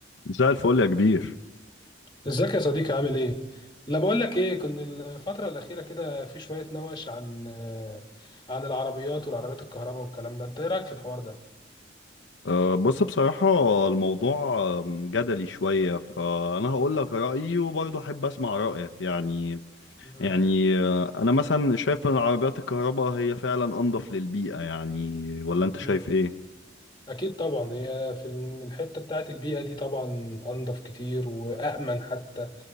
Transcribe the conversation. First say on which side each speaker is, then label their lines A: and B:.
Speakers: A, on the left; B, on the left.
A: مساء الفل يا كبير
B: ازيك يا صديقي عامل ايه؟ لا بقول لك ايه كنت الفترة الأخيرة كده في شوية نوش عن آه، عن العربيات والعربيات الكهرباء والكلام ده، أنت إيه رأيك في الحوار ده؟
A: أه، بص بصراحة الموضوع أم، جدلي شوية فأنا هقول لك رأيي وبرضه أحب أسمع رأيك يعني
B: مم.
A: يعني أه، أنا مثلا شايف إن عربيات الكهرباء هي فعلا أنظف للبيئة يعني ولا أنت شايف
B: مم.
A: إيه؟
B: أكيد طبعا هي في الحتة بتاعة البيئة دي طبعا أنضف كتير وأأمن حتى